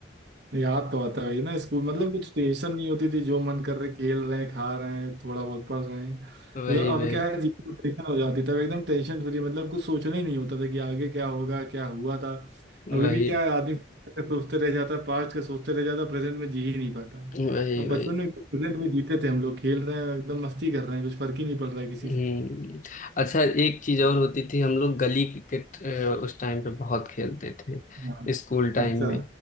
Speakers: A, on the right (about 60°); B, on the left (about 40°).
A: याद तो आता है ना स्कूल मतलब कुछ टेंशन नहीं होती थी जो मन कर रहे खेल रहे हैं खा रहे हैं थोड़ा बहुत पढ़ रहे हैं मतलब
B: वही
A: अब
B: वही
A: क्या है जीवन टेंशन हो जाती तब एकदम टेंशन फ्री मतलब कुछ सोचना ही नहीं होता था कि आगे क्या होगा क्या हुआ था अभी
B: वही
A: भी क्या है आदमी future के सोचते रह जाता है पास्ट के सोचते रह जाता है प्रेजेंट में जी ही नहीं पाता है
B: वही
A: तब
B: वही
A: बचपन में प्रेजेंट में जीते थे हम लोग खेल रहे हैं एकदम मस्ती कर रहे हैं कुछ फर्क ही नहीं पड़ रहा है किसी
B: हम्म
A: से
B: अच्छा एक चीज और होती थी हम लोग गली क्रिकेट अ, उस टाइम पे बहुत खेलते थे
A: हाँ
B: स्कूल टाइम
A: अच्छा
B: में